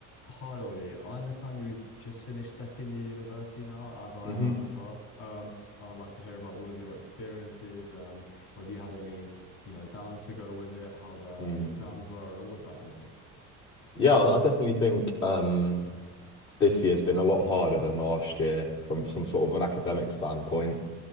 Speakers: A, on the left; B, on the left.
A: Hi Ollie, I understand you've just finished second year university now, as I
B: hmm
A: have as well. Um, I'd like to hear about all of your experiences, um, whether you had any, you know, downs to go with it, how the
B: Mm.
A: the exams were, and all of that business.
B: Yeah, I definitely think um, this year's been a lot harder than last year from some sort of an academic standpoint.